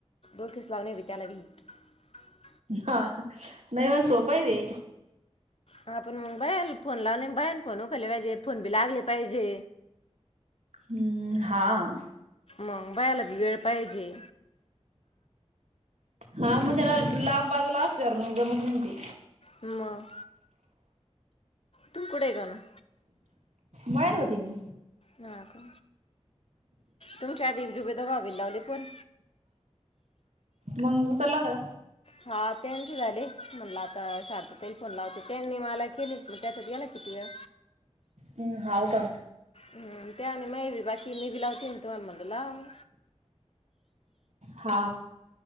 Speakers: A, on the left; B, on the right.
A: <unintelligible>
B: हा नाही मग सोप हाय ते.
A: हा पण मं भयालं फोन लावलंय भयाण फोन उकल्ले पाहिजे, फोन बी लागले पाहिजे.
B: हम्म हाअ
A: मग भयाला बी वेळ पाहिजे.
B: हा मग त्याला लांब बाजूला असल्यावर मग जमत ते.
A: मग तू कुठय गं अनु?
B: बाहेर होते मी.
A: ना क तुमच्या आधी बी जुबेदा भाबीला लावले फोन
B: मग उचलला होता
A: हा त्यांची झाले. म्हणलं शांतताई फोन लावत होते. त्यांनी मला केले त्याच्यात गेला किती वेळ.
B: हम् हाव का?
A: हम्म ते आणि बाकी मी बी लावते तुम्हांला म्हणल लाव
B: हा